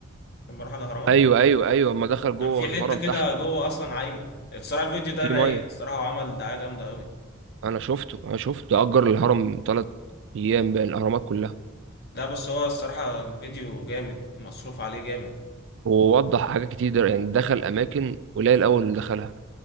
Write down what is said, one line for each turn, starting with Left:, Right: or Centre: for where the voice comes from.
Left: لما راح الأهرامات
Right: ايوه ايوه ايوه اما دخل جوه
Left: كان في
Right: الهرم
Left: حتة كده
Right: تحت
Left: جوه أصلا عايمة الصراحة الفيديو ده
Right: في
Left: رايق
Right: ميه
Left: الصراحة وعمل دعاية جامدة أوي
Right: انا شفته انا شفته اجر الهرم ثلاث ايام بين الاهرامات كلها
Left: لا بس هو الصراحة الفيديو جامد مصروف عليه جامد
Right: ووضح حاجات كتير ده- يعني دخل اماكن قليل الاول اللي دخلها